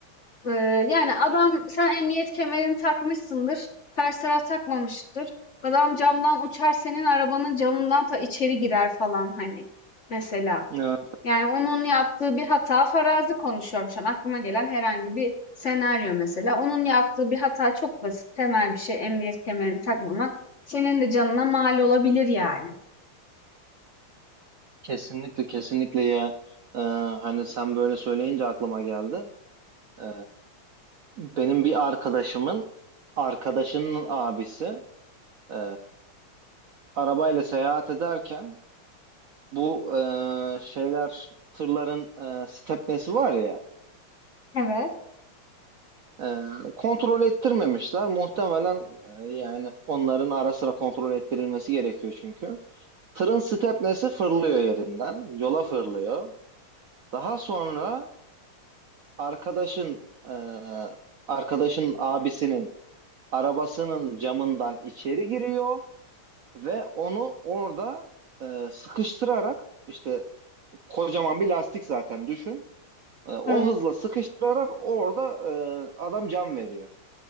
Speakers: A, on the left; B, on the right.
A: Ee, yani adam sen emniyet kemerini takmışsındır. Karşı taraf takmamıştır. Adam camdan uçar senin arabanın camından ta içeri girer falan hani mesela.
B: evet,
A: Yani onun yaptığı bir hata farazi konuşuyorum şu an. Aklıma gelen herhangi bir senaryo mesela. Onun yaptığı bir hata çok basit temel bir şey emniyet kemerini takmamak. Senin de canına mal olabilir yani.
B: kesinlikle kesinlikle ya. Ee, hani sen böyle söyleyince aklıma geldi. Ee, benim bir arkadaşımın arkadaşının abisi e, arabayla seyahat ederken bu e, şeyler tırların e, stepnesi var ya.
A: Evet,
B: Ee, kontrol ettirmemişler. Muhtemelen e, yani onların ara sıra kontrol ettirilmesi gerekiyor çünkü. Tırın stepnesi fırlıyor yerinden. Yola fırlıyor. Daha sonra arkadaşın e, arkadaşın abisinin arabasının camından içeri giriyor ve onu orada e, sıkıştırarak işte kocaman bir lastik zaten düşün. E, o
A: evet.
B: hızla sıkıştırarak orada e, adam can veriyor.